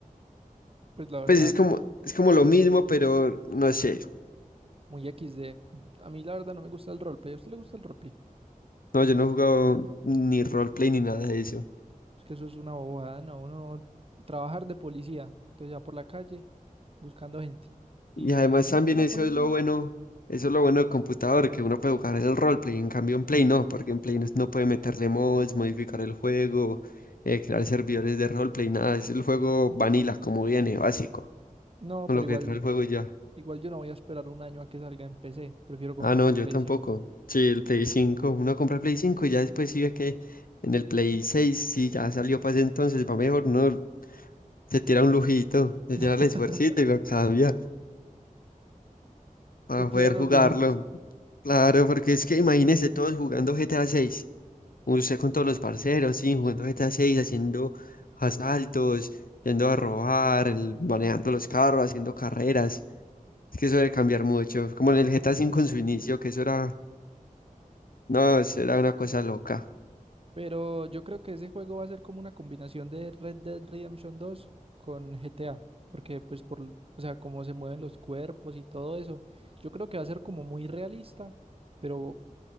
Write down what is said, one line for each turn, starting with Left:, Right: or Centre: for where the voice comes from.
Right: Pues la verdad,
Left: Pues es como, es como lo mismo, pero no sé.
Right: muy XD. A mí la verdad no me gusta el roleplay. ¿A usted le gusta el roleplay?
Left: No, yo no he jugado ni roleplay ni nada de eso.
Right: Es que eso es una bobada, ¿no? Uno trabajar de policía. Entonces ya por la calle, buscando gente. Y,
Left: Y además también
Right: eh, la
Left: eso
Right: policía.
Left: es lo bueno, eso es lo bueno del computador, que uno puede jugar el roleplay, en cambio en Play no, porque en Play no, no puede meterle mods, modificar el juego, eh, crear servidores de roleplay, nada, es el juego vanilla como viene, básico,
Right: No,
Left: con
Right: pero
Left: lo
Right: igual.
Left: que trae el juego y ya.
Right: Igual yo no voy a esperar un año a que salga en PC. Prefiero comprarme
Left: Ah, no, yo
Right: un Play
Left: tampoco.
Right: cinco
Left: Sí, el Play 5 uno compra el Play 5 y ya después sí ve que en el Play seis si ya salió para ese entonces, va mejor, no, se tira un lujito, se
Right: <laughs>
Left: tira el esfuercito y lo cambia. para
Right: Te tira
Left: poder
Right: los
Left: jugarlo.
Right: lujitos.
Left: Claro, porque es que imagínese todos jugando GTA 6. Usted con todos los parceros, sí, jugando GTA 6, haciendo asaltos, yendo a robar, el- manejando los carros, haciendo carreras. Es que eso debe cambiar mucho. Como en el GTA 5 en su inicio, que eso era, no, eso era una cosa loca.
Right: Pero yo creo que ese juego va a ser como una combinación de Red Dead Redemption dos con GTA. Porque pues por, o sea, cómo se mueven los cuerpos y todo eso. Yo creo que va a ser como muy realista. Pero